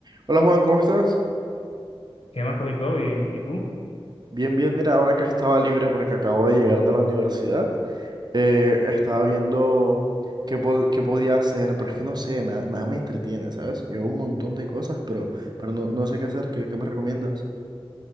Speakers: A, on the right; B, on the left.
A: Hola Juan, ¿cómo estás?
B: ¿Qué más, Camilo? ¿Todo bien? ¿Y tú?
A: Bien, bien, mira, ahora que estaba libre porque acabo de llegar de la universidad, eh, estaba viendo qué, po- qué podía hacer, pero es que no sé, na- nada me entretiene, ¿sabes? Yo hago un montón de cosas, pero, pero no, no sé qué hacer, ¿qué, qué me recomiendas?